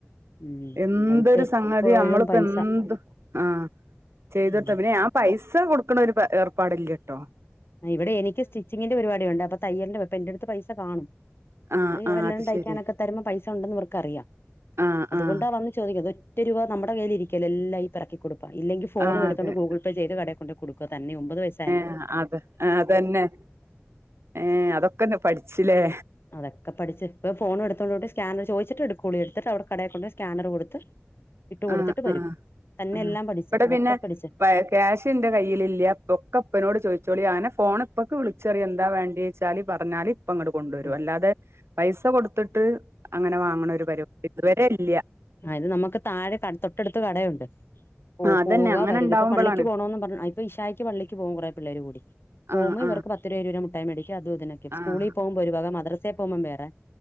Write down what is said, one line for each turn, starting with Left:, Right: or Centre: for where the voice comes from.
Left: ഉം
Right: എന്തൊരു
Left: പൈസ എപ്പോഴും
Right: സംഗതി നമ്മളിപ്പോ
Left: പൈസ
Right: എന്ത് ആഹ് ചെയ്തൊടുത്ത
Left: ഉം
Right: പിന്നെ ഞാ പൈസ കൊടുക്കണ ഒരു ഏർപ്പാടുല്ലട്ടോ
Left: ഇവിടെ എനിക്ക് സ്റ്റിച്ചിങ്ങിന്റെ പരിപാടിണ്ട് അപ്പൊ തയ്യിൽന്റെപ്പൊ ന്റെ അടുത്ത് പൈസ കാണും
Right: ആഹ് ആഹ്
Left: വല്ലാ
Right: അത്
Left: തയ്ക്കാനൊക്കെ
Right: ശെരി
Left: തരുമ്പോ പൈസ ഉണ്ടെന്ന് ഇവർക്കറിയാം
Right: ആഹ്
Left: അതുകൊണ്ടാ
Right: ആഹ്
Left: വന്ന് ചോദിക്കത് ഇതോറ്റൊരു രൂപ നമ്മുടെ കയ്യിൽ ഇരിക്കല്ലോ എല്ലാം ഈ പെറക്കി കൊടുപ്പാ ഇല്ലെങ്കിൽ ഫോൺ
Right: ആഹ്
Left: എടുത്തൊണ്ട്
Right: അതെ
Left: ഗൂഗിൾ പേ ചെയ്ത് കടെ കൊടുക്ക തന്നെ ഒമ്പത് വൈ
Right: ഏഹ് അത് അതന്നെ ഏഹ് അതൊക്കെ പഠിച്ചില്ലേ
Left: അതൊക്കെ പഠിച്ച് ഇപ്പ ഫോണെടുത്തോണ്ട് സ്കാനർ ചൊദിച്ട്ടേടുകൊള്ളു എടുത്തിട്ട് അവിടെ കടെക്കൊണ്ട് സ്കാനർ കൊടുത്ത്
Right: <inaudible>
Left: ഇട്ട് കൊടുത്തിട്ട് വരും
Right: ആഹ്
Left: തന്നെ
Right: ആഹ്
Left: എല്ലാം പഠിച്ചു
Right: ഇവിടെ
Left: അതൊക്കെ
Right: പിന്നെ
Left: പഠിച്ച
Right: ക്യാഷ് ഇന്റെ കയ്യിലില്ല ഇപ്പൊക്കെപ്പനോട് ചോയിച്ചോളീ ഞനെ ഫോണ് ഇപ്പക്ക് വിളിച്ചറിയ എന്താ വേണ്ടത് ച്ചാല് പറഞ്ഞാല് അപ്പോഅങ്ങട്ട് കൊണ്ടുവരും
Left: ഉം
Right: അല്ലാതെ പൈസ കൊടുത്തിട്ട് അങ്ങനെ വാങ്ങ്ണ ഒരു പരിപാടി ഇതുവരെ ഇല്ല
Left: അതിന്‌ നമുക്ക് താഴെ തൊട്ടടുത്ത് കടയുണ്ട് പോപോവുക
Right: ആഹ് അതന്നെ അങ്ങനെ
Left: വരിക
Right: ഇണ്ടാവുമ്പളാണ്
Left: ഇപ്പൊ പള്ളിക്ക് പോണോന്ന് പറഞ്ഞ്ഇപ്പ ഇഷായിക്ക് പള്ളിക്ക് പോകും കുറെേ പിള്ളേർ കൂടി പോക്മ്പോ
Right: ആഹ്
Left: ഇവർക്ക്
Right: ആഹ്
Left: പത്ത്‌ രൂപ മുട്ടായി മേടിക്ക അതുഇതിനക്കെ
Right: ആഹ്
Left: സ്കുളിൽ പോകുമ്പോ ഒരു വക മദ്രസയിൽ പോകുമ്പോ വേറെ